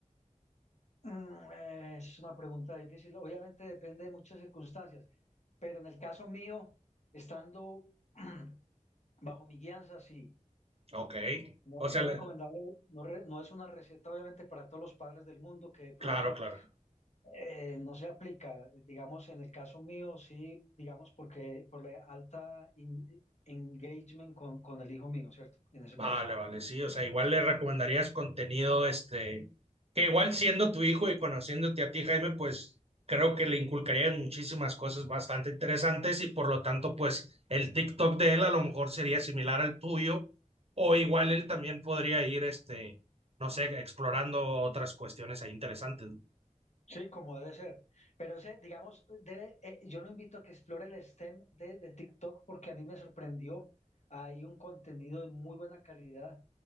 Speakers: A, on the left (about 60°); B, on the right (about 50°).
A: Mm, eh, es una pregunta difícil. Obviamente depende de muchas circunstancias, pero en el caso mío, estando <clears throat> bajo mi guianza, sí.
B: Ok.
A: No,
B: O sea,
A: no
B: le-
A: recomendable, no, re- no es una receta obviamente para todos los padres del mundo que de pronto
B: claro, claro.
A: Eh, no se aplica, digamos, en el caso mío, sí, digamos, porque por la alta in- engagement con, con el hijo mío, ¿cierto? En ese
B: Vale,
A: caso.
B: vale, sí. O sea, igual le recomendarías contenido, este, que igual siendo tu hijo y conociéndote a ti, Jaime, pues creo que le inculcarías muchísimas cosas bastante interesantes y por lo tanto, pues el TikTok de él a lo mejor sería similar al tuyo o igual él también podría ir, este, no sé, explorando otras cuestiones ahí interesantes.
A: Sí, como debe ser. Pero ese, digamos, debe, eh, yo lo invito a que explore el STEM de, de TikTok porque a mí me sorprendió. Hay un contenido de muy buena calidad,